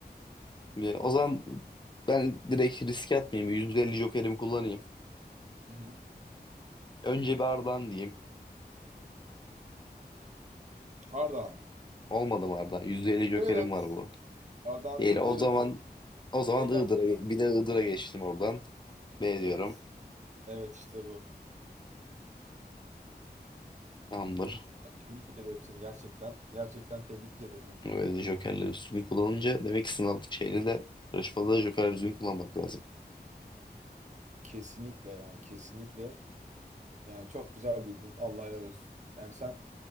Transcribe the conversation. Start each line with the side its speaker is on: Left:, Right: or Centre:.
Left: Şimdi o zaman ben direkt riske atmayayım. 150 jokerimi kullanayım.
Right: hı hı.
Left: Önce bir Ardahan diyeyim.
Right: Ardahan.
Left: Olmadı mı Ardahan? 150 jokerim
Right: Deret.
Left: var bu.
Right: Ardahan'da
Left: Değil. O
Right: Deret
Left: zaman
Right: olur.
Left: o zaman
Right: 50
Left: Iğdır'a
Right: hakkım
Left: bir
Right: var.
Left: de Iğdır'a geçtim oradan. B
Right: Evet.
Left: diyorum.
Right: Evet işte bu.
Left: Tamamdır.
Right: Tebrik ederim seni gerçekten. Gerçekten tebrik ederim.
Left: Böyle jokerleri düzgün kullanınca demek ki sınav şeyde de yarışmada da jokerleri düzgün kullanmak lazım.
Right: Kesinlikle yani kesinlikle. Yani çok güzel bildin. Allah helal olsun. Yani sen